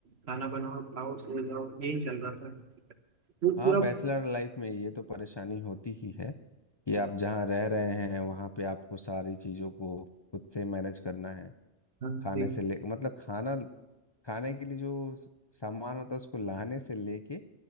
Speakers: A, on the right; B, on the left.
A: खाना बनाओ खाओ सो जाओ यही चल रहा था वो
B: हाँ
A: पूरा
B: बैचलर लाइफ में ये तो परेशानी होती ही है कि आप जहाँ रह रहे हैं वहाँ पे आपको सारी चीज़ों को खुद से मैनेज करना है
A: हाँ,
B: खाने
A: ठीक
B: से ले मतलब खाना खाने के लिए जो सामान होता है उसको लाने से लेके